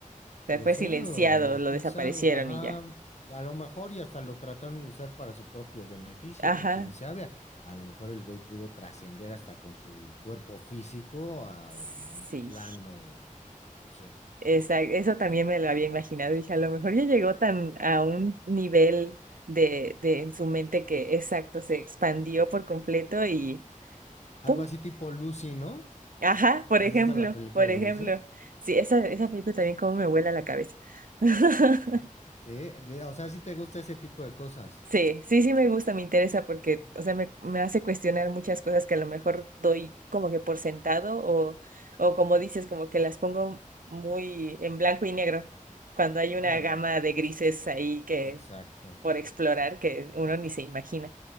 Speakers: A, on the left; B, on the right.
A: Puede
B: O sea, fue
A: ser,
B: silenciado,
A: o
B: lo
A: quién
B: desaparecieron
A: sabe, ajá,
B: y ya.
A: a lo mejor y hasta lo trataron de usar para su propio beneficio,
B: Ajá,
A: o quién sabe, a lo mejor el güey pudo trascender hasta con su cuerpo físico a
B: sí.
A: un plano, no sé,
B: Esa, eso también me lo había imaginado. Dije, a lo mejor ya llegó tan a un nivel de, de en su mente que exacto, se expandió por completo y
A: algo
B: ¡pum!
A: así tipo Lucy, ¿no?
B: Ajá, por
A: ¿Has
B: ejemplo,
A: visto la película
B: por
A: de
B: ejemplo.
A: Lucy?
B: Sí, esa, esa película también como me vuela la cabeza. <laughs>
A: Ujú. Sí, de- o sea, si te gusta ese tipo de cosas.
B: Sí, sí, sí me gusta, me interesa
A: Ujú,
B: porque, o sea, me, me hace cuestionar muchas cosas que a lo mejor doy como que por sentado o, o como dices, como que las pongo muy en blanco y negro, cuando hay una
A: Claro,
B: gama de grises ahí que
A: exacto.
B: por explorar que uno ni se imagina.